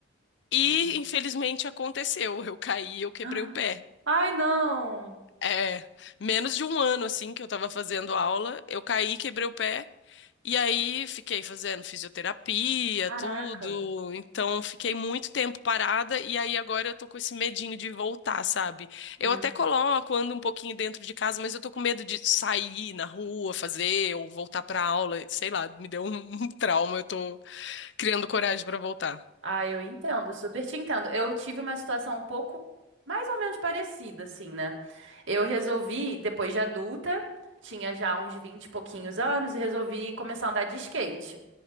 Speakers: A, on the left; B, on the right.
A: E,
B: Uhum.
A: infelizmente,
B: <gasps>
A: aconteceu. Eu caí, eu quebrei
B: Ah.
A: o pé.
B: Ai, não!
A: É, menos de um ano assim que eu tava fazendo aula, eu caí, quebrei o pé e aí fiquei fazendo fisioterapia,
B: Caraca!
A: tudo. Então fiquei muito tempo parada e aí agora eu tô com esse medinho de voltar, sabe? Eu
B: Hum.
A: até coloco, ando um pouquinho dentro de casa, mas eu tô com medo de sair na rua, fazer ou voltar pra aula, sei lá, me deu um <laughs> um trauma, eu tô criando coragem pra voltar.
B: Ah, eu entendo, super te entendo. Eu tive uma situação um pouco mais ou menos parecida, assim, né? Eu resolvi, depois de adulta, tinha já uns 20 e pouquinhos anos, e resolvi começar a andar de skate.